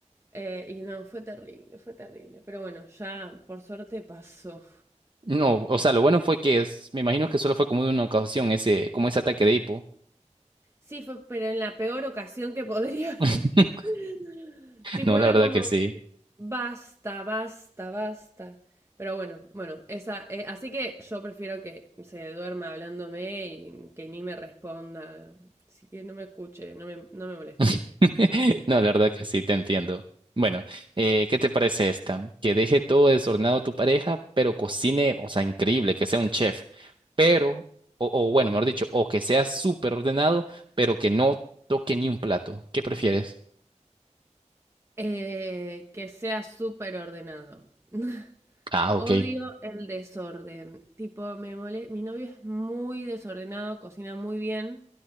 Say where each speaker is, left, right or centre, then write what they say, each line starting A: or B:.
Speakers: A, on the right; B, on the right.
A: Eh, y no, fue terrible, fue terrible. Pero bueno, ya por suerte pasó.
B: No, o sea, lo bueno fue que es- me imagino que solo fue como de una ocasión ese, como ese ataque de hipo.
A: Sí, fue, pero en la peor ocasión que podría haber.
B: <laughs>
A: <laughs> tipo,
B: No, la
A: era
B: verdad
A: como,
B: que sí.
A: basta, basta, basta. Pero bueno, bueno, esa, eh, así que yo prefiero que se duerma hablándome y que ni me responda. Así que no me escuche, no me, no me molesta.
B: <laughs> No, la verdad que sí, te entiendo. Bueno, eh, ¿qué te parece esta? Que deje todo desordenado tu pareja, pero cocine, o sea, increíble, que sea un chef, pero, o, o bueno, mejor dicho, o que sea súper ordenado, pero que no toque ni un plato. ¿Qué prefieres?
A: Eh, que sea súper ordenado. <laughs>
B: Ah,
A: Odio
B: ok.
A: el desorden. Tipo, me mole... Mi novio es muy desordenado, cocina muy bien,